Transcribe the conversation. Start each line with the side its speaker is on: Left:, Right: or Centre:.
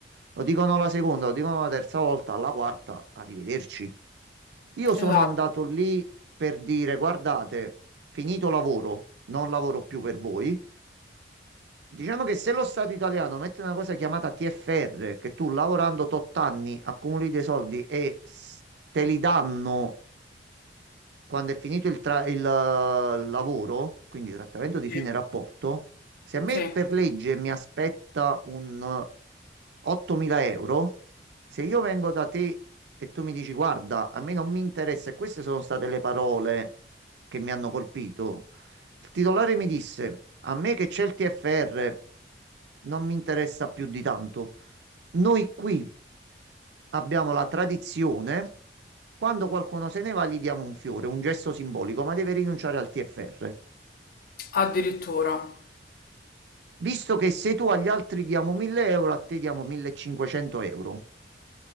Right: Lo dicono la seconda, lo dicono la terza volta, alla quarta, arrivederci. Io sono
Left: Esatto,
Right: andato lì per dire, guardate, finito lavoro, non lavoro più per voi. Diciamo che se lo Stato italiano mette una cosa chiamata TFR, che tu lavorando tot anni accumuli dei soldi e s- te li danno quando è finito il, tra- il, eh, lavoro, quindi trattamento di
Left: sì,
Right: fine rapporto, se a me
Left: sì.
Right: per legge mi aspetta un eh, 8.000 euro, se io vengo da te e tu mi dici guarda, a me non mi interessa, e queste sono state le parole che mi hanno colpito, il titolare mi disse a me che c'è il TFR non mi interessa più di tanto. Noi qui abbiamo la tradizione, quando qualcuno se ne va gli diamo un fiore, un gesto simbolico, ma deve rinunciare al TFR.
Left: Addirittura.
Right: Visto che se tu agli altri diamo 1000 euro, a te diamo 1500 euro.